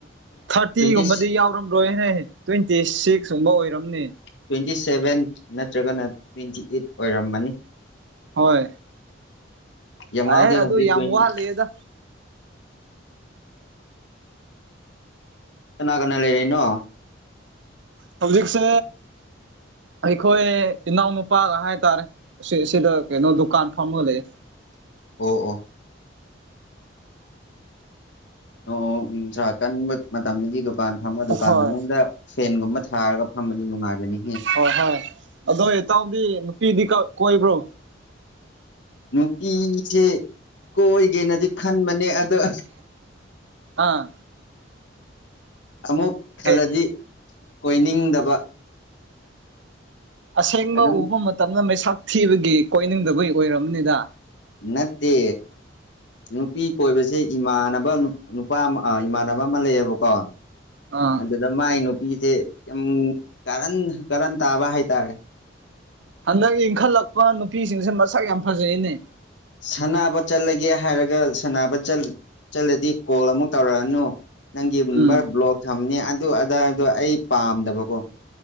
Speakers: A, on the right; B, on the left.
A: ꯊꯥꯔꯇꯤꯒꯨꯝꯕꯗꯤ
B: ꯇ꯭ꯋꯦꯟꯇꯤ
A: ꯌꯥꯎꯔꯝꯔꯣꯏꯅꯦ ꯇ꯭ꯋꯦꯟꯇꯤ ꯁꯤꯛꯁꯀꯨꯝꯕ ꯑꯣꯏꯔꯝꯅꯤ
B: ꯇ꯭ꯋꯦꯟꯇꯤ ꯁꯕꯦꯟ ꯅꯠꯇ꯭ꯔꯒꯅ ꯇ꯭ꯋꯦꯟꯇꯤ ꯑꯩꯠ ꯑꯣꯏꯔꯝꯃꯅꯤ
A: ꯍꯣꯏ
B: ꯌꯥꯃꯥꯜꯗꯤ
A: ꯑꯦ ꯑꯗꯨ
B: ꯍꯧꯖꯤꯛ
A: ꯌꯥꯝ
B: ꯇ꯭ꯋꯦꯟꯇꯤ
A: ꯋꯥꯠꯂꯦꯗ
B: ꯀꯅꯥ ꯀꯅꯥ ꯂꯩꯔꯤꯅꯣ
A: ꯁꯖꯤꯛꯁꯦ ꯑꯩꯈꯣꯏ ꯏꯅꯥꯎꯅꯨꯄꯥꯒ ꯍꯥꯏꯇꯥꯔꯦ ꯁꯤ ꯁꯤꯗ ꯀꯩꯅꯣ ꯗꯨꯀꯥꯟ ꯐꯝꯃ ꯂꯩ
B: ꯑꯣ ꯑꯣ ꯑꯣ ꯎ ꯁꯥ ꯀꯟꯕ ꯃꯇꯝꯗꯨꯗꯤ ꯗꯨꯀꯥꯟ ꯐꯝꯃꯣ ꯗꯨꯀꯥꯟ
A: ꯍꯣꯏ
B: ꯃꯅꯨꯡꯗ ꯐꯦꯟꯒꯨꯝꯕ ꯊꯥꯔꯒ ꯐꯝꯕꯗꯤ ꯅꯨꯡꯉꯥꯏꯖꯅꯤꯍꯦ
A: ꯍꯣꯏ ꯍꯣꯏ ꯑꯗꯣ ꯏꯇꯥꯎꯗꯤ ꯅꯨꯄꯤꯗꯤ ꯀꯣꯏꯕ꯭ꯔꯣ
B: ꯅꯨꯄꯤꯁꯦ ꯀꯣꯏꯒꯦꯅꯗꯤ ꯈꯟꯕꯅꯦ ꯑꯣ
A: ꯑꯥ
B: ꯑꯃꯨꯛ ꯈꯜꯂꯗꯤ
A: ꯀꯩ
B: ꯑꯣꯏꯣꯏꯅꯤꯡꯗꯕ
A: ꯑꯁꯦꯡꯕ
B: ꯑꯗꯨꯝ
A: ꯎꯕ ꯃꯇꯝꯗ ꯃꯩꯁꯥꯛ ꯊꯤꯕꯒꯤ ꯀꯣꯏꯅꯤꯡꯗꯕꯒꯤ ꯑꯣꯏꯔꯝꯕꯅꯤꯗ
B: ꯅꯠꯇꯦ ꯅꯨꯄꯤ ꯀꯣꯏꯕꯁꯦ ꯏꯃꯥꯟꯅꯕ ꯅꯨꯄꯥ ꯑꯃ ꯏꯃꯥꯟꯅꯕ ꯑꯃ ꯂꯩꯌꯦꯕꯀꯣ
A: ꯑꯥ
B: ꯑꯗꯨꯗ ꯃꯥꯏ ꯅꯨꯄꯤꯁꯦ ꯌꯥꯝ ꯀꯥꯔꯟ ꯀꯥꯔꯟ ꯇꯥꯕ ꯍꯥꯏꯇꯥꯔꯦ
A: ꯍꯟꯗꯛ ꯏꯟꯈꯠꯂꯛꯄ ꯅꯨꯄꯤꯁꯤꯡꯁꯦ ꯃꯁꯛ ꯌꯥꯝ ꯐꯖꯩꯅꯦ
B: ꯁꯥꯟꯅꯕ ꯆꯠꯂꯒꯦ ꯍꯥꯏꯔꯒ ꯁꯅꯕ ꯆꯠꯂꯗꯤ ꯀꯣꯜ ꯑꯃꯨꯛ ꯇꯧꯔꯛꯑꯅꯨ ꯅꯪꯒꯤ ꯅꯝꯕꯔ
A: ꯎꯝ
B: ꯕ꯭ꯂꯣꯛ ꯊꯝꯅꯤ ꯑꯗꯨ ꯑꯗꯥꯗꯣ ꯑꯩ ꯄꯥꯝꯗꯕꯀꯣ